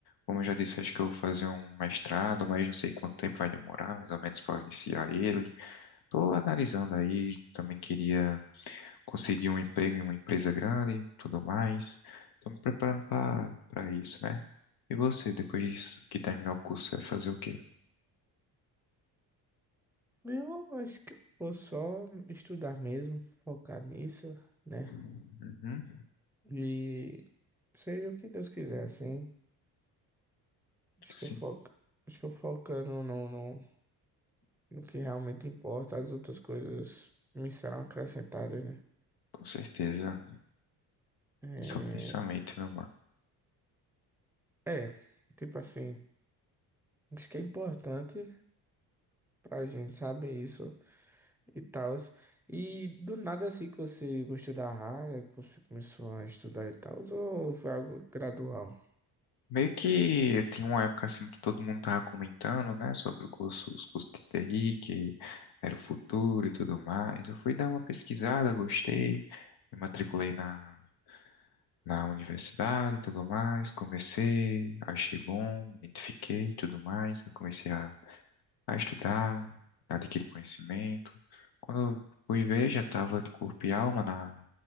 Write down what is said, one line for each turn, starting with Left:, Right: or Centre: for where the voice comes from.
Left: Como eu já disse, acho que eu vou fazer um mestrado, mas não sei quanto tempo vai demorar, mais ou menos, para iniciar ele. Tô analisando aí, também queria conseguir um emprego em uma empresa grande, tudo mais. Estou me preparando para para isso, né? E você, depois disso, que terminar o curso, você vai fazer o quê?
Centre: Eu acho que eu vou só estudar mesmo, focar nisso, né?
Left: Uhum.
Centre: E seja o que Deus quiser, assim. Acho
Left: Sim,
Centre: que eu foco, acho que eu focando no, no, no que realmente importa, as outras coisas me serão acrescentadas, né?
Left: com certeza.
Centre: É,
Left: Esse é o pensamento, meu mano.
Centre: é, tipo assim, acho que é importante pra gente saber isso e tal. E do nada assim que você gostou da área, que você começou a estudar e tal, ou foi algo gradual?
Left: Meio que tem uma época assim que todo mundo tava comentando, né, sobre o curso, os cursos de TI, que era o futuro e tudo mais. Eu fui dar uma pesquisada, gostei, me matriculei na na universidade e tudo mais. Comecei, achei bom, me identifiquei e tudo mais. Aí comecei a, a estudar, adquirir conhecimento. Quando eu fui ver, já estava de corpo e alma na,